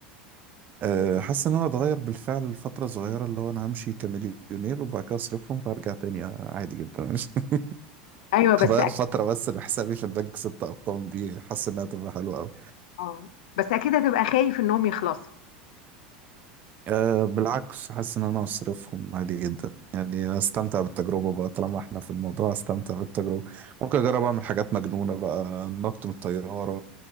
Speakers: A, on the right; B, on the left.
A: أه حاسس ان انا اتغير بالفعل لفتره صغيره اللي هو انا همشي كمليونير وبعد كده اصرفهم فارجع تاني آه، عادي جدا <laughs>
B: ايوه بس
A: غير
B: اكيد
A: فترة بس لحسابي في البنك ست أرقام دي حاسس إنها تبقى حلوة أوي
B: اه بس اكيد هتبقى خايف انهم يخلصوا
A: أه بالعكس حاسس إن أنا أصرفهم عادي جدا يعني أستمتع بالتجربة بقى طالما إحنا في الموضوع أستمتع بالتجربة ممكن أجرب أعمل حاجات مجنونة بقى نط من الطيارة